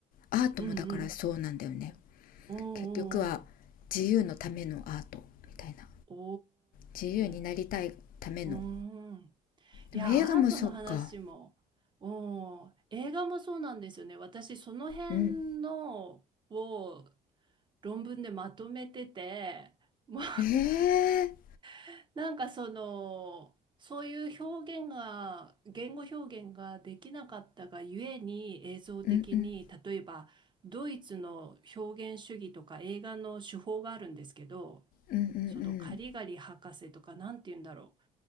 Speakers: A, on the left; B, on the right.
A: アートもだからそうなんだよね
B: うんうんうんうん。お
A: 結局は
B: ー
A: 自由のためのアートみたいな
B: お
A: 自由になりたいための
B: ーおー。おーうーん。いや、
A: でも映画もそっか
B: アートの話も、うん映画もそうなんですよね。私、その辺のを
A: うん
B: 論文でまとめてて、もう
A: ええ
B: <laughs> なんかその、そういう表現が、言語表現ができなかったがゆえに映像的に、
A: ーうんうん
B: 例えばドイツの表現主義とか映画の手法があるんですけど、
A: うんうん
B: そのカリガリ博士とか、なんて言うんだろう。